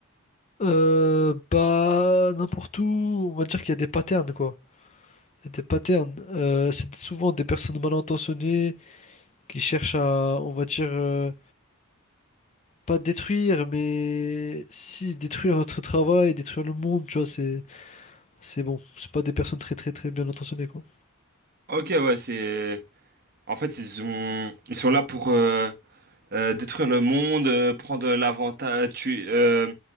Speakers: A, on the left; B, on the right.
A: euh, bah, n'importe où, on va dire qu'il y a des patterns, quoi. Il y a des patterns. Euh, c'est souvent des personnes mal intentionnées qui cherchent à, on va dire, euh, pas détruire, mais si, détruire notre travail, détruire le monde, tu vois, c'est, c'est bon. C'est pas des personnes très, très, très bien intentionnées, quoi.
B: Ok, ouais, c'est. En fait, ils ont... ils sont là pour euh, euh, détruire le monde, euh, prendre l'avantage, euh, tu... euh,